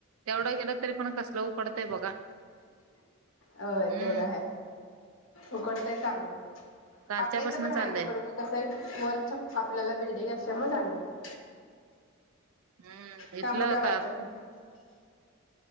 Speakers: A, on the right (about 85°); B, on the left (about 70°).
A: तेवढ गेल तरी पण कसल उकड तय बघा
B: होय
A: हम्म
B: तेवढा हाय उकडतंय चांगल
A: कालच्या
B: आपल्या
A: पासन
B: इथ पण
A: चाललंय
B: आहे ग पण कसय वर छप आपल्याला बिल्डिंग असल्यामुळ जाणवत <inaudible>
A: हम्म इथलं
B: त्यामुळे काय वाटतात
A: का
B: नाय